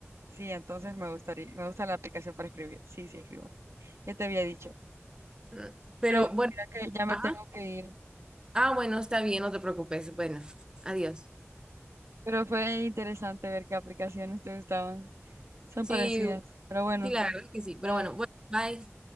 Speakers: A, on the right; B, on the right.
A: sí, entonces me gustaría, me gusta la aplicación para escribir. Sí, sí, escribo. Ya te había dicho.
B: Mm, Pero
A: Pero bueno,
B: bueno,
A: mira que ya me
B: ajá.
A: tengo que ir.
B: Ah, bueno, está bien, no te preocupes. Bueno, adiós.
A: Pero fue interesante ver qué aplicaciones te gustaban. Son
B: Sí.
A: parecidas, pero bueno,
B: Sí, la verdad es que sí.
A: bye.
B: Pero bueno, bueno, bye.